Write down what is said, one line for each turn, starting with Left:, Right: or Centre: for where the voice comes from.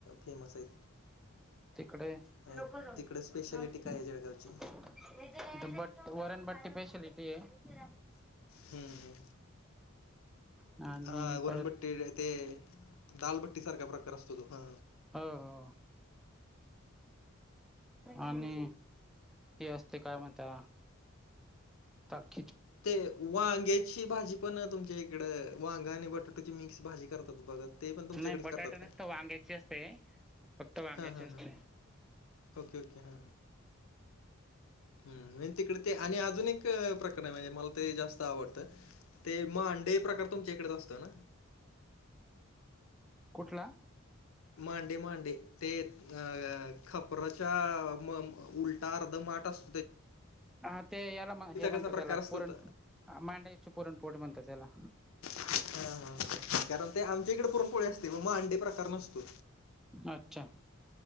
Left: फेमस आहेत
Centre: तिकडे
Left: म्हणजे
Centre: नक जा
Left: तिकडे स्पेशालिटी
Centre: जा
Left: काय आहे जळगावची
Centre: बट्ट वरण भट्टी पेशलिटी आहे
Left: हम्म
Centre: जाऊ. आणि
Left: ह अ गोरणपट्टी
Centre: परत
Left: ते दालभट्टी सारख्या प्रकार असतो तो हा
Centre: हो हो आणि हे असते काय म्हणता त
Left: ते वांग्याची भाजी पण तुमच्या इकड वांगा आणि बट मिक्स भाजी करतात बघ ते पण तुमच्याकडेच
Centre: नाही बटाटा
Left: करतात
Centre: नसतं
Left: का
Centre: वांग्याची असते फक्त वांग्याचेच
Left: हां, हां, हां.
Centre: ते
Left: ओके ओके हा हम म्हणजे तिकडे ते आणि अजून एक प्रकर आहे म्हणजे मला ते जास्त आवडतं ते म अंडे प्रकार तुमच्या इकडेच असतं ना
Centre: कठला
Left: मांडे मांडे ते अ खपराच्या म उलट ारदमाटस
Centre: हा ते याला म हे म्हणतात
Left: कसा प्रकार
Centre: त्याला
Left: असतो
Centre: परण
Left: त
Centre: मांड चप पुरण पोट म्हणतात त्याला
Left: हा हा कारण ते आमच्या इकडे पुरण पुळे असते व म अंडे प्रकार नसतो
Centre: अच्छा